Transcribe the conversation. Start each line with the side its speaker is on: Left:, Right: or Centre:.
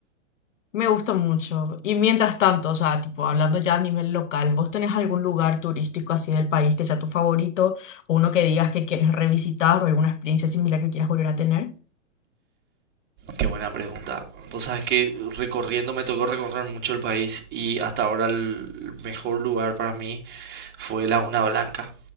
Left: Me gusta mucho. Y mientras tanto, o sea, tipo, hablando ya a nivel local, ¿vos tenés algún lugar turístico así del país que sea tu favorito? ¿O uno que digas que quieres revisitar o alguna experiencia similar que quieras volver a tener?
Right: Qué buena pregunta. Vos sabés que recorriendo me tocó recorrer mucho el país y hasta ahora el mejor lugar para mí fue la una Blanca.